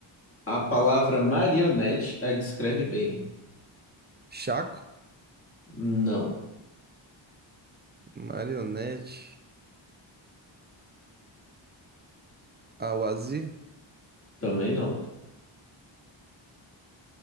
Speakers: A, on the left (about 25°); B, on the right (about 25°).
A: A palavra marionete a descreve bem.
B: Chaco.
A: Não.
B: Marionete. Awazir.
A: Também não.